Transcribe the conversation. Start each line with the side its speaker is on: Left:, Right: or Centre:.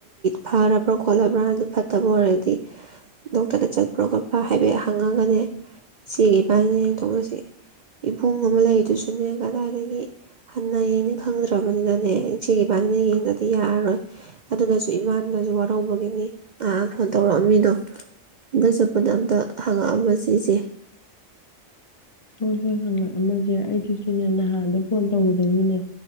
Right: ꯐꯔꯕ꯭ꯔꯥ ꯈꯣꯠꯂꯕ꯭ꯔꯥ ꯑꯗꯨ ꯐꯠꯇꯕ ꯑꯣꯏꯔꯗꯤ ꯗꯣꯛꯇꯔꯗ ꯆꯠꯄ꯭ꯔꯥ ꯈꯣꯠꯄ꯭ꯔꯥ ꯍꯥꯏꯐꯦꯠ ꯍꯪꯉꯒꯅꯦ ꯏꯆꯦ ꯏꯕꯥꯟꯅꯤꯅ ꯌꯦꯡꯊꯣꯛꯅꯁꯤ ꯏꯕꯨꯡ ꯑꯃ ꯂꯩ ꯁꯨꯅꯦ ꯀꯗꯥꯏꯗꯒꯤ ꯍꯟꯅ ꯌꯦꯡꯅꯤ ꯈꯪꯗ꯭ꯔꯕꯅꯤꯅꯅꯦ ꯏꯆꯦꯒꯤ ꯏꯕꯥꯅꯤꯅ ꯌꯦꯡꯅꯗꯤ ꯌꯥꯔꯔꯣꯏ ꯑꯗꯨꯅꯁꯨ ꯏꯃꯥꯅꯁꯨ ꯋꯥꯔꯧꯕꯒꯤꯅꯤ ꯉꯍꯥꯛ ꯐꯣꯟ ꯇꯧꯔꯛꯑꯝꯃꯤꯗꯣ ꯑꯗ ꯆꯠꯄꯗ ꯑꯝꯇ ꯍꯪꯉꯛꯑꯝꯃ ꯁꯤꯁꯦ
Left: ꯍꯣꯏ ꯍꯣꯏ ꯍꯪꯉꯛ ꯑꯃꯁꯦ ꯑꯩꯗꯨꯁꯨꯅꯦ ꯅꯍꯥꯟꯗ ꯐꯣꯟ ꯇꯧꯒꯗꯕꯒꯤꯅꯦ